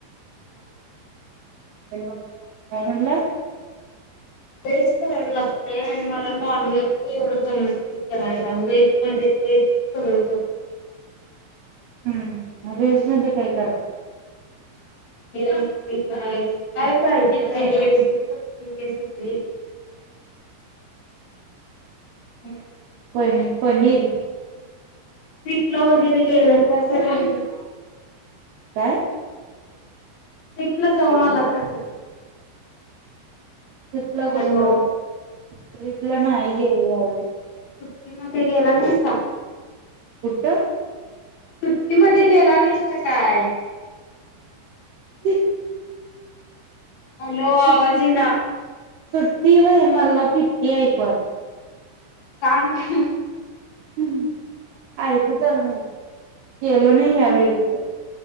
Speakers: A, on the right; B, on the left.
A: हॅलो काय म्हनलात? ह <inaudible>
B: वेज करायला लागतय आणि मला नॉन व्हेजच एवढं जमत नाइ करायला वेज मध्ये ते सगळं
A: हम्म मग व्हेज मधे काय करता?
B: य काय पाहिजे ते युटुबच बघुन करतोय
A: <inaudible>
B: <inaudible>
A: प पनीर
B: पिटला वगैरे केल तर
A: काय?
B: एकलं जाऊन
A: हॅलो
B: आलासा का?
A: ट्रीपला कुठ
B: हॅलो
A: ट्रीपला नाही गेली ह्यावेळी.
B: मी म ते गेला नाहीस का?
A: कुठ?
B: सुट्टीमध्ये गेला नाहीसत काय?
A: ते <unintelligible>
B: हॅलो आवाज
A: सुट्टी
B: ये ना.
A: सुट्टी व मला फिफ्टी आहे पण
B: कानग
A: हम्म आयते जमेना गेलो नाही यावेळी कुठ.